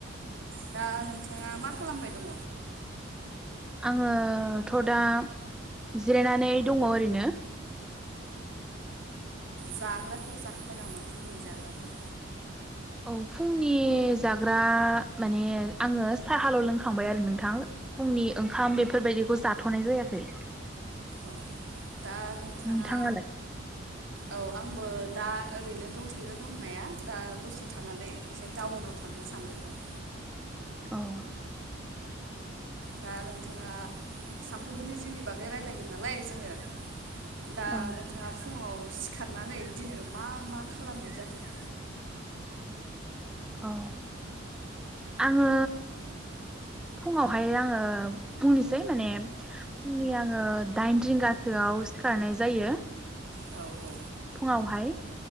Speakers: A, on the right; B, in the centre.
A: दा नोंथाङा मा खालामबाय दङ
B: आङोथ' दा जिरायनानै दङ ओरैनो
A: जाग्राफोर जाखांबाय नामा फुंनि जाग्राफोर
B: औ फुंनि जाग्रा माने आङो साहाल' लोंखांबाय आरो नोंथां फुंनि ओंखाम बेफोरबायदिखौ जाथ'नाय जायाखै
A: औ दा नोंथाङा
B: नोंथाङालाय
A: औ आंबो दा ओ रैनो दंथ'यो दंनाया दा दसे थानानै एसे टाउनाव थांनो सानदों र'
B: औ
A: दा नोंथाङा सानफ्रोमबोनि जिउनि बागै रायलायगोन नालाय जोङो दा
B: औ
A: नोंथाङा फुङाव सिखारनानै दिनै मा मा खालामनाय जाखो
B: औ आङो फुङावहाय आङो बुंनोसै माने फुंनि आङो दाइन रिंगासोआव सिखारनाय जायो
A: औ औ
B: फुङावहाय